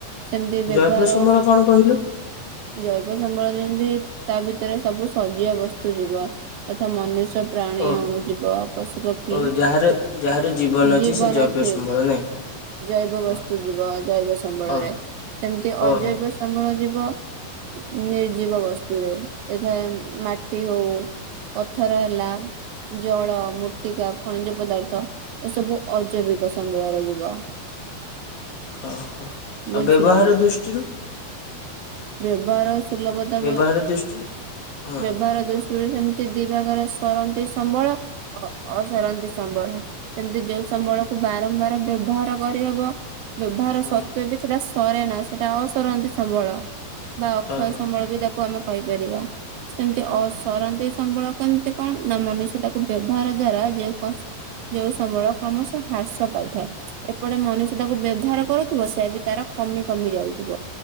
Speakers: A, on the right; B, on the left.
A: ସେମିତି ବ୍ୟବହାର।
B: ଜୈବ ସମ୍ବଳ କଣ କହିଲୁ
A: ଜୈବ ସମ୍ବଳ ଯେମିତି ତା ଭିତରେ ସବୁ ସଜିବ ବସ୍ତୁ ଯିବ। ତଥା ମନୁଷ୍ୟ। ପ୍ରାଣୀ,
B: ଓହୋ
A: ଅଣୁଜୀବ, ପଶୁପକ୍ଷୀ
B: ଓ ଯାହାର ଯାହାର ଜୀବନ ଅଛି
A: ଜୀବନ
B: ସେ ଜୈବ
A: ଥିବ।
B: ସମ୍ବଳ ନାଇଁ
A: ଜୈବ ବସ୍ତୁ
B: ଓ
A: ଯିବ ଜୈବ ସମ୍ବଳରେ
B: ଓ
A: ସେମିତି ଅଜୈବ
B: ଓହୋ
A: ସମ୍ବଳ ଯିବ ଉଁ ନିର୍ଜୀବ ବସ୍ତୁରେ ଏଥା ଉଁ ମାଟି ହଉ। ପଥର ହେଲା। ଜଳ, ମୂର୍ତ୍ତିକା, ଖଣିଜ ପଦାର୍ଥ ଏସବୁ ଅଜୈବିକ ସମ୍ବଳରେ ଯିବ।
B: ଓହୋ। ଆଉ
A: ବୁଝିଲୁ
B: ବ୍ୟବହାର ଦୃଷ୍ଟିରୁ?
A: ବ୍ୟବହାର ସୁଲଭତା
B: ବ୍ୟବହାର
A: ବ
B: ଦୃଷ୍ଟିରୁ ହଁ
A: ବ୍ୟବହାର
B: ହ
A: ଦୃଷ୍ଟିରୁ ସେମ ତି ଦି ଭାଗରେ ସରନ୍ତି ସମ୍ବଳ ଅ-ଅସରନ୍ତି ସମ୍ବଳ। ସେମିତି ଯେଉଁ ସମ୍ବଳକୁ ବାରମ୍ବାର ବ୍ୟବହାର କରିହବ। ବ୍ୟବହାର
B: ହୁଁ
A: ସତ୍ୱେ ବି ସେଟା ସରେ ନା ସେଟା ଅସରନ୍ତି ସମ୍ବଳ। ବା ଅକ୍ଷୟ
B: ଓହୋ
A: ସମ୍ବଳ ବି ତାକୁ ଆମେ କହିପାରିବା ସେମିତି
B: ଓହୋ
A: ଅସରନ୍ତି। ସମ୍ବଳ କେମିତି କଣ ନା ମନୁଷ୍ୟ ତାକୁ ବ୍ୟବହାର ଦ୍ଵାରା ଯେଉ କସ ଯଉ ସମ୍ବଳ କ୍ରମଶଃ ହ୍ରାସ ପାଇଥାଏ। ଏପଟେ ମନୁଷ୍ୟ ତାକୁ ବ୍ୟବହାର କରୁଥିବ ସେ ବି ତାର କମି କମି ଯାଉଥିବ।